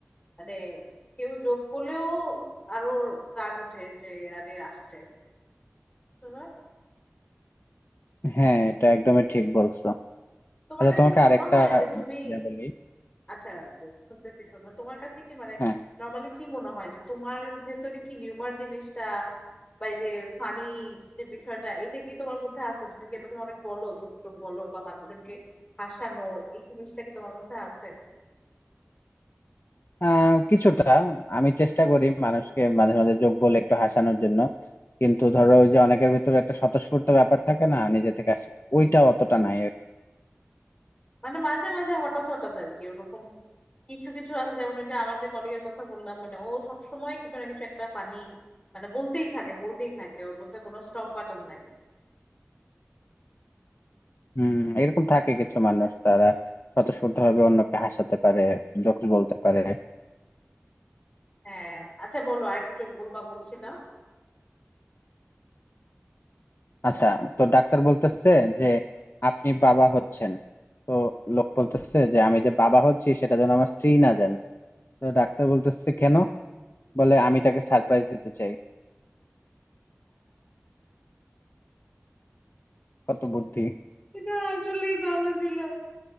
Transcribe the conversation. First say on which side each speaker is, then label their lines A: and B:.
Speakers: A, on the left (about 25°); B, on the left (about 55°).
A: মানে কেউ যোগ করলেও আরো রাগ উঠে যে আরে আসছে তো
B: হ্যাঁ এটা একদমই ঠিক বলছো
A: তোমার
B: আচ্ছা
A: কাছে
B: তোমাকে
A: কি
B: আরেকটা
A: মনে হয় যে তুমি
B: ইয়া বলি
A: আচ্ছা শুনতেছি শোনো তোমার কাছে কি মানে
B: হ্যাঁ
A: নর্মালি কি মনে হয় যে তোমার ভেতরে কি হিউমার জিনিসটা বা এই যে ফানি যে বিষয়টা এটা কি তোমার মধ্যে আছে তুমি কি এরকম অনেক বলো জোকে বলো বা মানুষজনকে হাসানো এই জিনিসটা কি তোমার মধ্যে আছে
B: আহ, কিছুটা আমি চেষ্টা করি মানুষকে মাঝে মাঝে জোক বলে একটু হাসানোর জন্য কিন্তু ধরো ওই যে অনেকের ভিতরে একটা স্বতঃস্ফূর্ত ব্যাপার থাকে না নিজে থেকে আসে ওইটা অতটা নাই
A: মানে মাঝে মাঝে হঠাৎ হঠাৎ আর কি ওরকম কিছু কিছু আছে যেমন ওই যে আমার যে কলিগের কথা বললাম মানে ও সবসময় কিছু না কিছু একটা ফানি মানে বলতেই থাকে বলতেই থাকে ওর মধ্যে কোনো স্টপ বাটন নাই
B: হম এরকম থাকে কিছু মানুষ তারা স্বতঃস্ফূর্ত ভাবে অন্যকে হাসাতে পারে জোকস বলতে পারে
A: হ্যাঁ আচ্ছা বলো আরেকটা চোখ বলবা বলছিলাম
B: আচ্ছা তো ডাক্তার বলতেছে যে আপনি বাবা হচ্ছেন তো লোক বলতেছে যে আমি যে বাবা হচ্ছি সেটা যেন আমার স্ত্রী না জানে তো ডাক্তার বলতেছে কেন বলে আমি তাকে সারপ্রাইজ দিতে চাই কত বুদ্ধি
A: এটা আসলেই ভালো ছিল